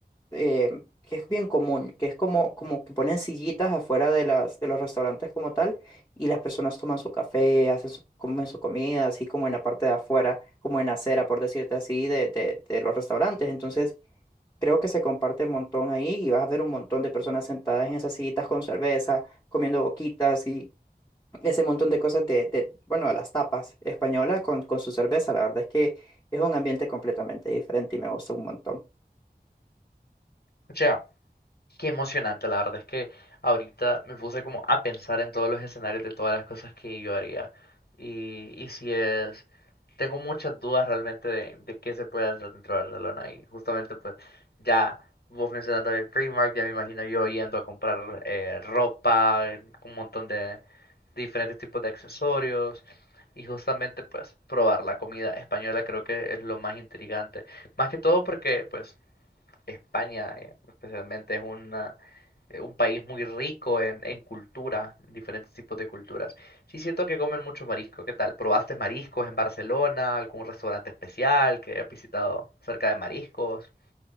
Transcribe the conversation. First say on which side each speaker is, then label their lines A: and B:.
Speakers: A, on the left; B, on the left.
A: eh, que es bien común, que es como, como que ponen sillitas afuera de las, de los restaurantes como tal, y las personas toman su café, hacen su, comen su comida, así como en la parte de afuera, como en la acera, por decirte así, de, de de los restaurantes. Entonces, Creo que se comparte un montón ahí y vas a ver un montón de personas sentadas en esas sillitas con cerveza, comiendo boquitas y ese montón de cosas de, de, bueno, de las tapas españolas con, con su cerveza. La verdad es que es un ambiente completamente diferente y me gusta un montón.
B: O sea, qué emocionante, la verdad es que ahorita me puse como a pensar en todos los escenarios de todas las cosas que yo haría. Y, y si es tengo muchas dudas realmente de, de qué se puede hacer dentro de Barcelona y justamente pues ya vos mencionando el Primark, ya me imagino yo yendo a comprar eh, ropa, eh, un montón de diferentes tipos de accesorios y justamente pues probar la comida española creo que es lo más intrigante, más que todo porque pues España eh, especialmente es un eh, un país muy rico en, en cultura, en diferentes tipos de culturas. Sí, siento que comen muchos mariscos ¿Qué tal? ¿Probaste mariscos en Barcelona? ¿Algún restaurante especial que hayas visitado acerca de mariscos?